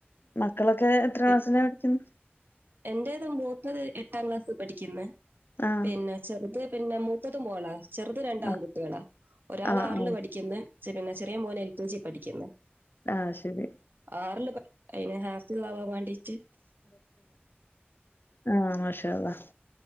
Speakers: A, on the left (about 60°); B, on the right (about 55°).
A: മക്കളൊക്കെ എത്ര ക്ലാസിലാ
B: പി-
A: പഠിക്കുന്നേ
B: എന്റേത് മൂത്തത് എട്ടാം ക്ലാസ് പഠിക്കുന്ന്
A: ആഹ്
B: പിന്നെ ചെറുത് പിന്നെ മൂത്തത് മോളാ ചെറുത് രണ്ട്
A: ആഹ്
B: ആൺ കുട്ടികളാ ഒരാള്
A: ആഹ്
B: ആറില്
A: ആഹ്
B: പഠിക്കുന്നു പിന്നെ ചെറിയ മോന് എൽ കെ ജിയിൽ പഠിക്കുന്നു
A: ആ ശരി
B: ആറില് അയിന് ഹാഫിള് ആവാൻ വേണ്ടിട്ട്
A: ആ മാഷാഅല്ലാഹ്‌